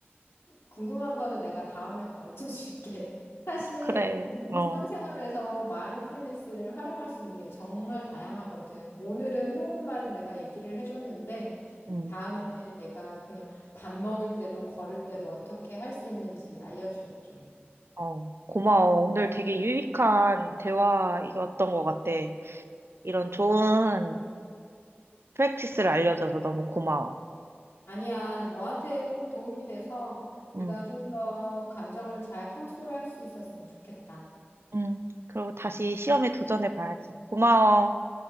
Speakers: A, on the left; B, on the right.
A: 궁금한 거는 내가 다음에 가르쳐 줄게. <laughs> 사실
B: 그래,
A: 우리
B: 어,
A: 일상생활에서 마인드풀니스를 활용할 수 있는 게 정말 다양하거든. 오늘은 호흡만 내가 얘기를 해줬는데
B: 음,
A: 다음에는 내가 그냥 밥 먹을 때도 걸을 때도 어떻게 할 수 있는지 알려줄게.
B: 어, 고마워. 오늘 되게 유익한 대화이었던 것 같아. 이런 좋은 프랙티스를 알려줘서 너무 고마워.
A: 아니야, 너한테 꼭 도움이 돼서 네가
B: 음,
A: 좀 더 감정을 잘 컨트롤할 수 있었으면 좋겠다.
B: 음, 그리고 다시 시험에 도전해 봐야지. 고마워.